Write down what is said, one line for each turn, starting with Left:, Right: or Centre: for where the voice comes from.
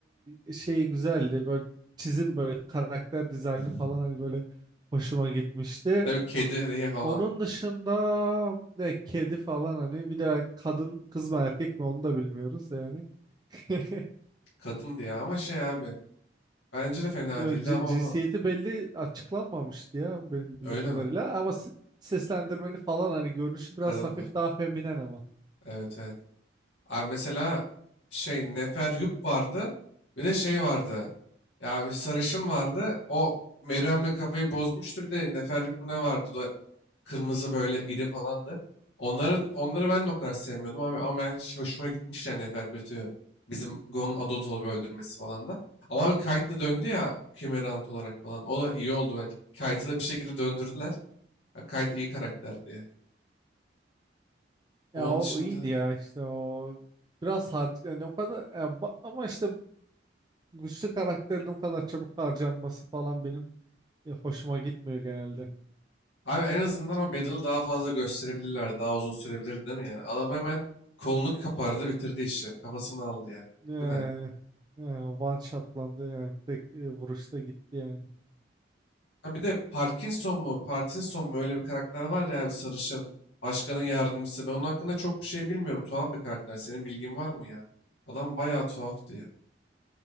Right: e, şey güzeldi böyle çizim böyle karakter dizaynı
Left: <laughs>
Right: falan hani böyle hoşuma gitmişti.
Left: Tabii kedi diye falan.
Right: Onun dışında ne kedi falan hani bir de kadın kız mı erkek mi onu da bilmiyoruz yani. <laughs>
Left: Kadın diye ama şey abi. Bence de fena
Right: Yo,
Left: değildi
Right: cin-
Left: ama onu
Right: Cinsiyeti belli açıklanmamıştı ya benim
Left: öyle
Right: bildiğim kadarıyla
Left: mi?
Right: ama s- seslendirmeni falan hani görünüşü
Left: Kadındı.
Right: biraz hafif daha feminen ama.
Left: Evet evet. Abi mesela şey Neferyup vardı. Bir de şey vardı. Ya bir sarışın vardı. O Meryem'le kafayı bozmuştu. Bir de Neferyup mu ne vardı? O da kırmızı böyle iri falandı. Onların onları ben de o kadar sevmiyordum abi ama ben hiç hoşuma gitmişti yani Neferpütü'yü. Bizim Gon'un adult olup öldürmesi falan da. Ama bir Kite de döndü ya Kimerant olarak falan. O da iyi oldu bence. Kite'ı da bir şekilde döndürdüler. Ya Kite iyi karakterdi ya. Onun
Right: Ya o
Left: dışında
Right: iyiydi ya işte o biraz har yani o kadar ya ba- ama işte güçlü karakterin o kadar çabuk harcanması falan benim e, hoşuma gitmiyor genelde.
Left: Abi en azından o Bedel'i daha fazla gösterebilirler. Daha uzun sürebilir değil mi yani? Adam hemen kolunu kapardı bitirdi işi. Kafasını aldı yani.
Right: Ee,
Left: Bu ne?
Right: e, one shotlandı yani tek e, vuruşta gitti yani.
Left: Ha bir de Parkinson mu? Parkinson mu? Öyle bir karakter var ya abi sarışın. Başkanın yardımcısı. Ben onun hakkında çok bir şey bilmiyorum. Tuhaf bir karakter. Senin bilgin var mı ya? Adam bayağı tuhaftı ya.